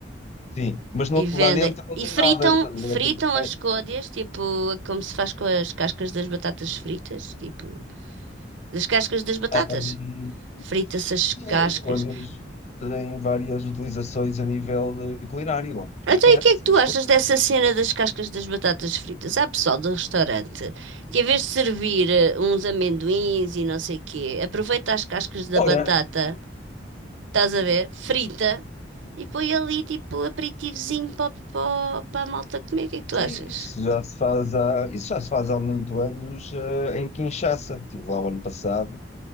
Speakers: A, on the left; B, on the right.
A: Sim, mas não-
B: e vendem.
A: lá dentro não
B: E
A: tem
B: fritam,
A: nada, estás a
B: fritam
A: ver? É, tem-
B: as côdeas, tipo, como se faz com as cascas das batatas fritas, tipo, das cascas das batatas.
A: Ahm,
B: Frita-se as cascas.
A: Sim, as coisas têm várias utilizações a nível de culinário, obviamente.
B: Então, e o que é que tu
A: As coisas.
B: achas dessa cena das cascas das batatas fritas? Há pessoal do restaurante que, em vez de servir eh, uns amendoins e não sei quê, aproveita as cascas da
A: Ora,
B: batata, estás a ver, frita, e põe ali tipo aperitivozinho para, para, para a malta comer. O que é que tu
A: sim,
B: achas?
A: isso já se faz há, isso já se faz há muito anos, eh, em Kinshasa. Estive lá o ano passado